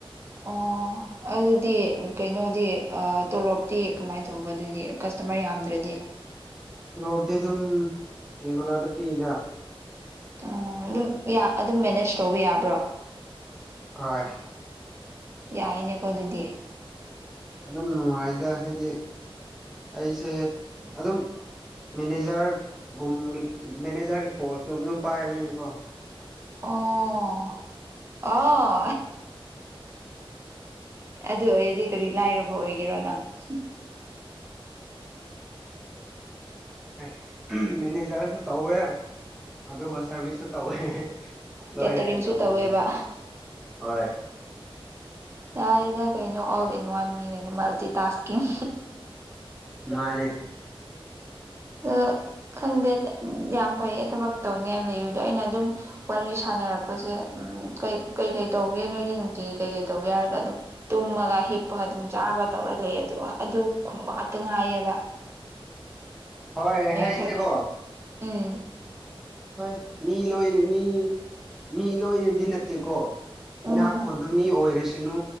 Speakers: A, on the right (about 25°); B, in the centre.
A: ꯑꯣ ꯑꯗꯨꯗꯤ ꯀꯩꯅꯣꯗꯤ ꯇꯣꯂꯣꯞꯇꯤ ꯀꯃꯥꯏꯅ ꯇꯧꯕ ꯑꯗꯨꯗꯤ ꯀꯁꯇꯃꯔ ꯌꯥꯝꯗ꯭ꯔꯗꯤ
B: ꯇꯤꯂꯣꯞꯇꯤ ꯑꯗꯨꯝ ꯔꯤꯒꯨꯂꯔꯗ ꯄꯤꯛꯏꯗ
A: ꯑꯣ ꯑꯗꯨꯝ ꯑꯗꯨꯝ ꯃꯦꯅꯦꯖ ꯇꯧꯕ ꯌꯥꯕ꯭ꯔꯣ
B: ꯍ
A: ꯌꯥꯏꯅꯦꯀꯣ ꯑꯗꯨꯗꯤ
B: ꯑꯗꯨꯝ ꯅꯨꯡꯉꯥꯏꯗ ꯍꯥꯏꯗꯤ ꯑꯩꯁꯦ ꯑꯗꯨꯝ ꯃꯦꯅꯦꯖꯔꯒꯨꯝꯒꯤ ꯃꯦꯅꯦꯖꯔꯒꯤ ꯄꯣꯁꯇꯨ ꯑꯗꯨꯝ ꯄꯥꯏꯕꯅꯤꯅꯀꯣ
A: ꯑꯣ ꯑꯣ ꯑꯗꯨ ꯑꯣꯏꯔꯗꯤ ꯀꯔꯤ ꯂꯥꯏꯔꯕ ꯑꯣꯏꯒꯦꯔꯣ ꯅꯪ ꯍꯨꯝ
B: ꯍꯥꯏ ꯃꯦꯅꯦꯖꯔꯁꯨ ꯇꯧꯋꯦ ꯑꯗꯨꯒ ꯁꯥꯔꯚꯤꯁꯁꯨ ꯇꯧꯋꯦ ꯂꯣꯏꯅ
A: ꯀꯦꯇꯔꯤꯡꯁꯨ
B: ꯑꯩ ꯇꯧꯕꯅꯤꯅ
A: ꯇꯧꯋꯦꯕ
B: ꯍꯣꯏ
A: ꯌꯥꯔꯦꯗ ꯀꯩꯅꯣ ꯑꯣꯜ ꯏꯟ ꯋꯥꯟꯅꯦ ꯀꯩꯅꯣ ꯃꯜꯇꯤ ꯇꯥꯁꯀꯤꯡ
B: ꯃꯥꯅꯦ
A: ꯑꯗꯣ ꯈꯪꯗꯦ ꯌꯥꯝ ꯐꯩꯌꯦ ꯊꯕꯛ ꯇꯧꯅꯤꯉꯥꯏꯅ ꯂꯩꯌꯨꯗꯣ ꯑꯩꯅ ꯑꯗꯨꯝ ꯋꯥꯔꯤ ꯁꯥꯟꯅꯔꯛꯄꯁꯦ ꯎꯝ ꯀꯩ ꯀꯩꯀꯩ ꯇꯧꯒꯦ ꯅꯣꯏꯗꯤ ꯅꯨꯡꯇꯤꯒꯤ ꯀꯩꯀꯩ ꯇꯧꯒꯦ ꯍꯥꯏꯔꯒ ꯑꯗꯨꯝ ꯇꯨꯝꯃꯒ ꯍꯤꯞꯄꯒ ꯑꯗꯨꯝ ꯆꯥꯕ ꯇꯧꯔ ꯂꯩ ꯑꯗꯨ ꯑꯗꯨ ꯈꯨꯝꯕꯥꯛꯇ ꯉꯥꯏꯑꯕ
B: ꯍꯣꯏ ꯍꯥꯏꯁꯦꯀꯣ
A: ꯈꯔ ꯎꯝ
B: ꯍꯣꯏ ꯃꯤ ꯂꯣꯏ ꯃꯤ ꯃꯤ ꯂꯣꯏꯔꯤꯗꯤ ꯅꯠꯇꯦꯀꯣ
A: ꯎꯝ
B: ꯏꯅꯥꯛ ꯈꯨꯣꯟꯕ ꯃꯤ ꯑꯣꯏꯔꯁꯅꯨ